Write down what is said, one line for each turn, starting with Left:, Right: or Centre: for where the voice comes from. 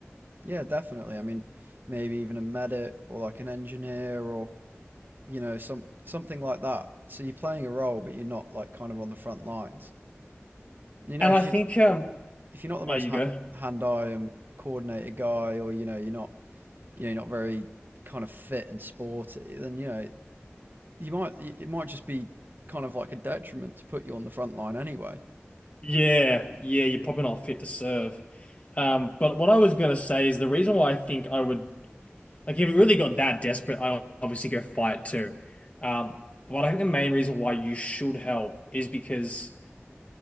Right: Yeah, definitely. I mean, maybe even a medic or like an engineer or you know some something like that. So you're playing a role, but you're not like kind of on the front lines. And you know,
Left: And
Right: if
Left: I think
Right: you
Left: um
Right: if you're not the most
Left: there you
Right: ha-
Left: go.
Right: hand-eye and coordinated guy, or you know, you're not you know, you're not very kind of fit and sporty, then you know you might it might just be kind of like a detriment to put you on the front line anyway.
Left: Yeah, yeah, you're probably not fit to serve. Um, but what I was gonna say is the reason why I think I would Like if it really got that desperate, I'd obviously go fight too. Um, but I think the main reason why you should help is because